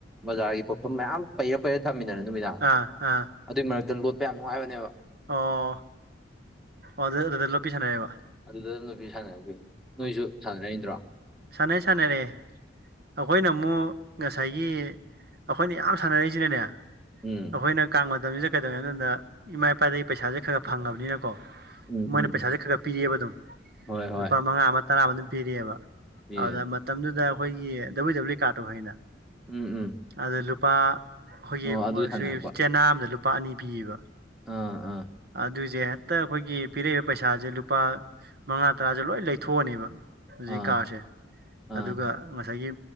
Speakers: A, in the centre; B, on the right.
A: ꯕꯖꯥꯔꯒꯤ ꯄꯣꯐꯝ ꯃꯌꯥꯝ ꯄꯩꯔ ꯄꯩꯔ ꯊꯝꯃꯤꯗꯅ ꯅꯨꯃꯤꯗꯥꯡ
B: ꯑꯥ ꯑꯥ
A: ꯑꯗꯨꯏ ꯃꯔꯛꯇ ꯂꯣꯠꯄ ꯌꯥꯝ ꯅꯨꯡꯉꯥꯏꯕꯅꯦꯕ
B: ꯑꯣ ꯑꯗꯨꯗ ꯑꯗꯨꯗ ꯂꯣꯠꯄꯤ ꯁꯥꯟꯅꯩꯌꯦꯕ
A: ꯑꯗꯨꯗ ꯂꯣꯄꯤ ꯁꯥꯟꯅꯔꯛꯏ ꯅꯣꯏꯁꯨ ꯁꯥꯟꯅꯅꯤꯡꯗ꯭ꯔꯣ
B: ꯁꯥꯅꯩ ꯁꯥꯅꯔꯦ ꯑꯩꯈꯣꯏꯅ ꯑꯃꯨꯛ ꯉꯁꯥꯏꯒꯤ ꯑꯩꯈꯣꯏꯅ ꯌꯥꯝ ꯁꯥꯟꯅꯔꯛꯏꯖꯤꯅꯅꯦ
A: ꯎꯝ
B: ꯑꯩꯈꯣꯏꯅ ꯀꯥꯡ ꯃꯇꯝꯁꯤꯗ ꯀꯩꯗꯧꯒꯦ ꯍꯥꯏꯀꯥꯟꯗ ꯏꯃꯥ ꯏꯄꯥꯗꯩ ꯄꯩꯁꯥꯁꯦ ꯈꯔ ꯐꯪꯉꯝꯅꯤꯅꯀꯣ
A: ꯎꯝ
B: ꯃꯣꯏꯅ
A: ꯎꯝ
B: ꯄꯩꯁꯥꯁꯦ ꯈꯔ ꯄꯤꯔꯑꯦꯕ ꯑꯗꯨꯝ
A: ꯍꯣꯏ ꯍꯣꯏ
B: ꯂꯨꯄꯥ ꯃꯉꯥ ꯑꯃꯥ ꯇꯔꯥ ꯑꯃꯥ ꯑꯗꯨꯝ ꯄꯤꯔꯑꯦꯕ
A: ꯄꯤꯕꯅꯤ
B: ꯑꯗꯨꯗ ꯃꯇꯝꯗꯨꯗ ꯑꯈꯣꯏꯒꯤ ꯗꯕ꯭ꯂꯤꯎ ꯗꯕ꯭ꯂꯤꯎ ꯏ ꯀꯥꯔꯠꯇꯨ ꯈꯪꯉꯦꯗꯅ
A: ꯎꯝ ꯎꯝ
B: ꯑꯗ ꯂꯨꯄꯥ ꯑꯩꯈꯣꯏꯒꯤ
A: ꯑꯣ ꯑꯗꯨ
B: ꯃꯁꯡ
A: ꯁꯥꯟꯅꯔꯛꯄ
B: ꯆꯦꯅꯥ ꯑꯝꯗ ꯂꯨꯄꯥ ꯑꯅꯤ ꯄꯤꯌꯦꯕ
A: ꯑꯥ ꯑꯥ
B: ꯑꯗꯨꯏꯖꯦ ꯍꯦꯛꯇ ꯑꯩꯈꯣꯏꯒꯤ ꯄꯤꯔꯛꯏꯕ ꯄꯩꯁꯥꯖꯦ ꯂꯨꯄꯥ ꯃꯉꯥ ꯇꯔꯥꯖꯦ ꯂꯣꯏ ꯂꯩꯊꯣꯛꯑꯅꯦꯕ ꯍꯧꯖꯤꯛ
A: ꯑꯥ
B: ꯀꯥꯟꯁꯦ
A: ꯑꯥ
B: ꯑꯗꯨꯒ ꯉꯁꯥꯏꯒꯤ